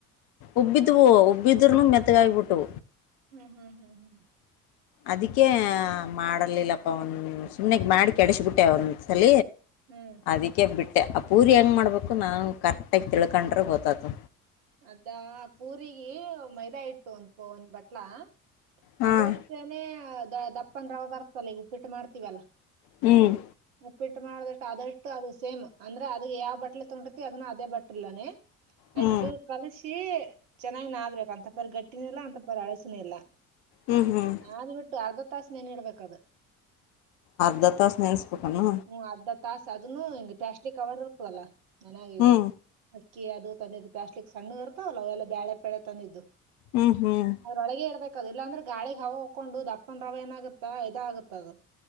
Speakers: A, on the left (about 55°); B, on the right (about 60°).
A: ಉಬ್ಬಿದವು ಉಬ್ಬಿದ್ರನು ಮೆತ್ತಗಾಗಿ್ಬಿಟ್ಟು
B: ಹ್ಮ್ ಹ್ಮ್ ಹ್ಮ್ ಹ್ಮ್
A: ಅದಕ್ಕೆೇ ಮಾಡಲಿಲ್ಲಪ್ಪ ಒನ್ ಸುಮ್ನೆಗ್ ಮಾಡಿ ಕೆಡಸಬಿಟ್ಟೆ ಒಂದ್ ಸಲ
B: ಹ್ಮ್
A: ಅದಕ್ಕೆ ಬಿಟ್ಟೆ ಆ ಪೂರಿ ಹೆಂಗ್ ಮಾಡ್ಬೇಕು ನಾನು ಕರೆಕ್ಟಾಗಿ ತಿಳ್ಕೊಂಡ್ರೆ ಗೊತ್ತಾತು
B: ಅದಾ ಪೂರಿಗೆ ಮೈದಾ ಇಟ್ಟು ಒಂದ ಒಂದ್ ಬಟ್ಲಾ
A: ಹಾಂ
B: ಅದ್ರಷ್ಟೇನೆೇ ದ ದಪ್ಪನ್ ರವ ಬರ್ತಲ್ಲ ಈಗ ಉಪ್ಪಿಟ್ಟು ಮಾಡ್ತೀಲ್ಲ
A: ಹ್ಮ್
B: ಉಪ್ಪಿಟ್ಟು ಮಾಡದಷ್ಟು ಅದಷ್ಟು ಅದು ಸೇಮ್ ಅಂದ್ರೆ ಅದ್ ಯಾವ ಬಟ್ಲೋ ತೊಂಬಿತಿ ಅದನ್ನು ಅದೇ ಬಟ್ಲನೇ
A: ಹ್ಞೂ
B: ಎರಡ್ಡು ಕಲಸಿ ಚೆನ್ನಾಗಿ ನಾದಬೇಕು ಅಂತಪರ್ ಗಟ್ಟಿನಿಲ್ಲ ಅಂತಪರ ಅಳಸಿನ ಇಲ್ಲ
A: ಹ್ಮ್ ಹ್ಮ್
B: ನಾದ್ಬಿಟ್ಟು ಅರ್ಧ ತಾಸ್ ನೆನ ಇಡ್ಬೇಕ ಅದು
A: ಅರ್ಧ ತಾಸ ನೆನೆಸ್ಬೇಕನೊ
B: ಹ್ಮ ಅರ್ಧದ ತಾಸ್ ಅದನ್ನು ಹಿಂಗ ಪ್ಲಾಸ್ಟಿಕ್ ಕವರ್ ಇರ್ತವಲ್ಲ ನನಾಗ ಈಗ
A: ಹ್ಞೂ
B: ಅಕ್ಕಿ ಅದು ತಂದಿದ್ದು ಪ್ಲಾಸ್ಟಿಕ್ ಸಣ್ಣು ಇರ್ತಾವಲ್ಲ ಅವೆಲ್ಲ ಬ್ಯಾಳೆಪ್ಯಾಳೆ ತಂದಿದ್ದು
A: ಹ್ಮ್ ಹ್ಮ್
B: ಒಳಗೆ ಇಡ್ಬೇಕ ಅದು ಇಲ್ಲಾಂದ್ರೆ ಗಾಳಿಗೆ ಹವವು ಹಕೊಂಡು ದಪ್ಪನ್ ರವ ಏನಾಗುತ್ತಾ ಇದ ಆಗುತ್ತ ಅದು